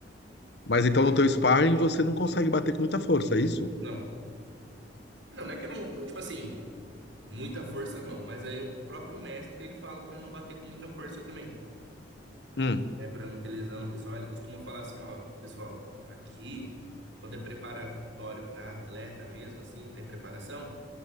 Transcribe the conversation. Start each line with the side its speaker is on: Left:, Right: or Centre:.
Left: Mas então no teu sparring você não consegue bater com muita força, é isso?
Right: Não, não, não é que eu não, tipo assim, muita força não, mas aí o próprio mestre, ele fala pra não bater com muita força também.
Left: Hum.
Right: né, para não ter lesão, pessoal, ele costuma falar assim, ó, pessoal, aqui, quando é preparatório para atleta mesmo, assim, tá em preparação,